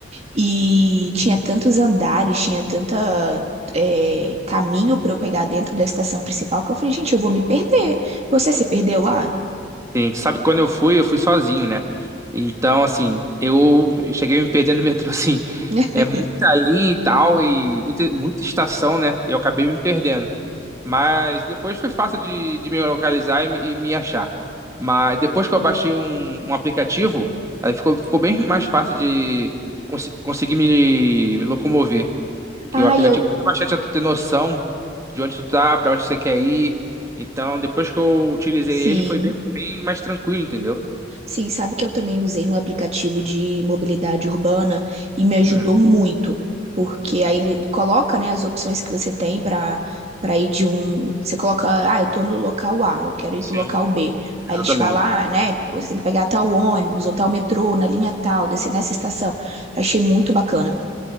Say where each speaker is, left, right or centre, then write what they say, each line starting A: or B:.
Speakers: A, on the right; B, on the right.
A: e tinha tantos andares, tinha tanta é, caminho pra eu pegar dentro da estação principal que eu falei, gente, eu vou me perder. Você se perdeu lá?
B: Sim, tu sabe que quando eu fui, eu fui sozinho, né? Então, assim, eu cheguei a me perdendo no metrô, <laughs> assim,
A: <laughs>
B: é muita linha e tal, e muita, muita estação, né? Eu acabei me perdendo. Mas depois foi fácil de, de me localizar e, me e me achar. Mas depois que eu baixei um, um aplicativo, aí ficou, ficou bem mais fácil de cons- conseguir me locomover. Que
A: Ah,
B: o aplicativo
A: eu.
B: ajuda bastante a tu ter noção de onde tu tá, pra onde você quer ir. Então, depois que eu utilizei
A: Sim.
B: ele, foi bem, bem mais tranquilo, entendeu?
A: Sim, sabe que eu também usei um aplicativo de mobilidade urbana e me ajudou
B: Uhum.
A: muito, porque aí ele coloca, né, as opções que você tem para para ir de um, você coloca, ah, eu tô no local A, eu quero ir
B: Sim.
A: pro local B. Aí
B: Exatamente.
A: eles falam, ah, né, você tem que pegar tal ônibus ou tal metrô na linha tal, descer nessa estação. Eu achei muito bacana.